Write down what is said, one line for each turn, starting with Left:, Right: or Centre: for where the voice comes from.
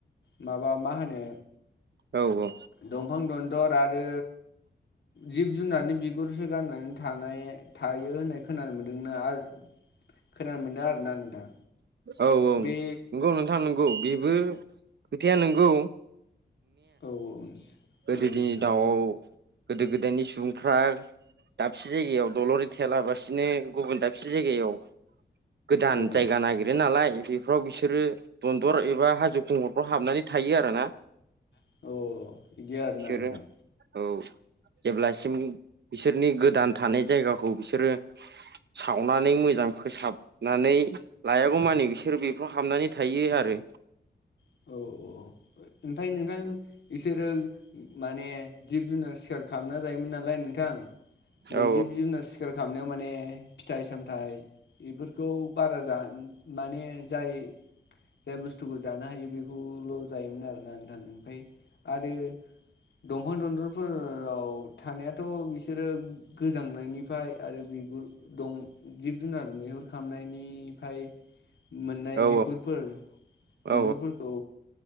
Left: माबा मा होनो
Right: औ औ
Left: दंफां दनदर आरो जिब जुनारनि बिगुरसो गाननानै थानाय थायो होननाय खोनानो मोनदोंना खोनानो मोनदों आरोना नोंथां
Right: औ औ
Left: बे
Right: नंगौ नोंथां नंगौ बेबो खोथाया नंगौ
Left: औ औ
Right: गोदो
Left: नोंथां
Right: दिनि दाउआव गोदो गोदायनि सुबुंफ्रा दाबसे जायगायाव दलरि थायालाबसिनो गुबुन दाबसे जायगायाव गोदान
Left: औ औ
Right: जायगा नागिरो नालाय बे फाव बिसोरो दनदर एबा हाजो खुंगलफ्राव हाबनानै थायो आरो ना
Left: औ बिदि आरोना
Right: इसोरो
Left: नोंथां
Right: औ जेब्लासिम बिसोरनि गोदान थानाय जायगाखौ बिसोरो सावनानै मोजां फोसाब नानै लायागौ मानि बिसोरो बेफोराव हाबनानै थायो आरो
Left: औ औ ओमफ्राय नोंथां बिसोरो माने जिब जुनार सिखार खालामना जायोमोन नालाय नोंथां बे
Right: औ
Left: जिब जुनार सि सिकार खालामामनायाव माने फिथाइ सामथाइ बेफोरखौ बारा माने जाय जाय बुस्थुखौ जानो हायो बेखौल' जायोमोन आरो थाङो ओमफ्राय आरो दंफां दन्दलफोराव थानायाथ' बिसोरो गोजांनायनिफ्राय आरो बिगुर दं जिब जुनार मैहुर खामनायनिफ्राय मोननाय
Right: औ
Left: बिगुरफोर
Right: औ
Left: बिगुरफोरखौ